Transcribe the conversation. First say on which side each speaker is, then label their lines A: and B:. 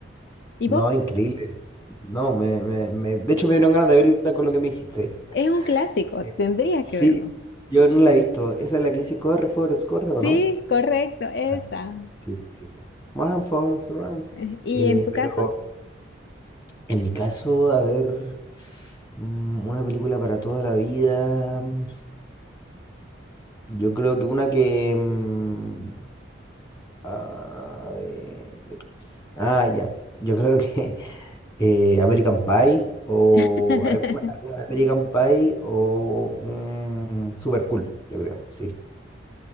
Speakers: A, on the left (about 55°); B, on the left (about 20°).
A: ¿Y
B: No,
A: vos?
B: increíble. No, me, me, me- de hecho me dieron ganas de verla con lo que me dijiste.
A: Es un clásico,
B: Eh,
A: tendrías
B: Sí,
A: que verlo.
B: yo no la he visto. Esa es la que dice corre, Forrest, corre, ¿o
A: Sí,
B: no?
A: correcto, esa.
B: Ah. Sí, sí. Run, Forrest, run.
A: <laughs> ¿Y
B: Eh,
A: en tu
B: pero
A: caso?
B: en mi caso, a ver, mm, una película para toda la vida. mm, Yo creo que una que... mm, a ver, Ah, ya. Yo creo que <laughs> eh, American Pie o
A: <laughs>
B: alguna, alguna de American Pie o un Super Cool, yo creo, sí.